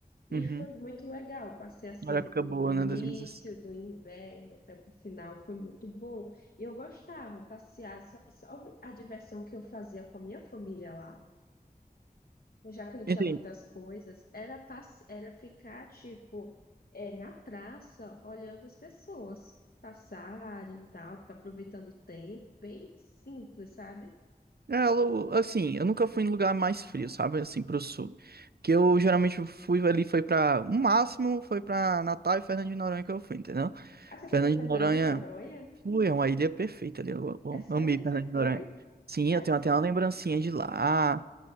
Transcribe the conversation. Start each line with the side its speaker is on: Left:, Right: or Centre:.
Left: E
Right: uhum.
Left: foi muito legal. Passei assim
Right: Uma época
Left: o
Right: boa,
Left: início
Right: né? 2016.
Left: do inverno até o final, foi muito bom. E eu gostava de passear, só, só a diversão que eu fazia com a minha família lá, já que não tinha
Right: Entendi.
Left: muitas coisas, era, passe- era ficar tipo é, na praça olhando as pessoas passarem e tal, ficar aproveitando o tempo, bem simples, sabe?
Right: É, eu- assim, eu nunca fui em lugar mais frio, sabe? Assim, pro sul. Que eu geralmente fui ali, foi pra. O máximo foi pra Natal e Fernando de Noronha que eu fui, entendeu?
Left: Ah, você
Right: Fernando
Left: foi para Fernando
Right: de Noronha.
Left: de Noronha?
Right: Ui, é uma ilha perfeita ali. Eu, eu
Left: É sério
Right: amei
Left: que
Right: Fernando
Left: você
Right: de
Left: foi?
Right: Noronha. Sim,
Left: É...
Right: eu
Left: s-
Right: tenho até uma lembrancinha de lá.